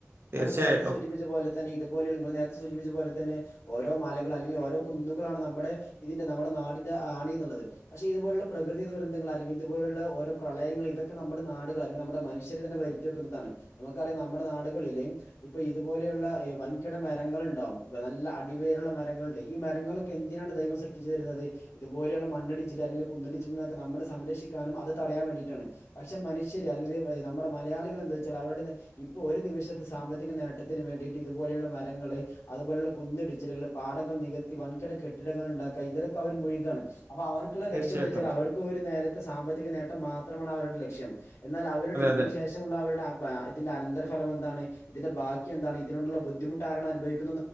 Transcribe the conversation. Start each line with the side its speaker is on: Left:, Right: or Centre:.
Right: തീർച്ചയായിട്ടും
Left: ഞമ്മൾ നേരത്തെ സൂചിപ്പിച്ച പോലേ തന്നെ ഇത്പോലുള്ള നിങ്ങൾ നേര ത്തെ സൂചിപ്പിച്ച പോലെ തന്നെ ഓരോ മലകൾ അല്ലെങ്കിൽ ഓരോ കുന്നുകളാണ് നമ്മുടെ ഇതിന്റെ നമ്മുടെ നാടിന്റെ ആണി എന്നുള്ളത് പക്ഷെ ഇതുപോലുള്ള പ്രകൃതി ദുരന്തങ്ങൾ അല്ലെങ്കിൽ ഇതുപോലുള്ള ഓരോ പ്രളയങ്ങൾ ഇതൊക്കെ നമ്മുടെ നാട് അല്ലെങ്കിൽ നമ്മുടെ മനുഷ്യര് തന്നെ വരുത്തി വെക്കുന്നതാണ് നമുക്കറിയാം നമ്മുടെ നാടുകളിൽ ഇപ്പൊ ഇതുപോലെയുള്ള വൻകിട മരങ്ങളുണ്ടാവും നല്ല അടിവേരുള്ള മരങ്ങളുണ്ട് ഈ മരങ്ങളൊക്കെ എന്തിനാണ് ദൈവം സൃഷ് ട്ടിച്ചു തരുന്നത് ഇതുപോലെയുള്ള മണ്ണടിച്ചിൽ അല്ലെങ്കിൽ കുന്നിടിച്ചിൽ എന്നൊക്കെ നമ്മടെ സംരക്ഷിക്കാനും അത് തടയാൻ വേണ്ടിയിട്ടാണ് പക്ഷെ മനുഷ്യര് അല്ലെങ്കിൽ നമ്മുടെ മലയാളികൾ എന്താ വെച്ചാൽ അവരുടെ ഇപ്പൊ ഒരു നിമിഷത്തെ സാമ്പത്തിക നേട്ടത്തിന് വേ <unintelligible> ഇതുപോലുള്ള മരങ്ങൾ അതുപോലുള്ള കുന്നിടിച്ചിലുകൾ പാടങ്ങൾ നികത്തി വൻകിട കെട്ടിടങ്ങൾ ഉണ്ടാ <unintelligible> ഇതിലൊക്കെ അവർ മുഴുകാണ് അപ്പൊ അവർക്കുള്ള
Right: തീർച്ചയായിട്ടും.
Left: ലക്ഷ്യം എന്താ വെച്ചാൽ അവർക്ക് ഒരു നേരത്തെ സാമ്പത്തിക നേ ട്ടം മാത്രമാണ് അവരുടെ ലക്ഷ്യം എന്നാൽ അവരുടെ
Right: അതെ,
Left: ഇതിന്
Right: അതെ.
Left: ശേഷമുള്ള അവരുടെ അഹ് ഇതിന്റെ അനന്തരഫലം ണ് ഇതിന്റെ ബാക്കി എന്താണ് ഇതിനോടുള്ള ബുദ്ധിമുട്ട് ആരാണ് അനുഭവിക്കുന്നു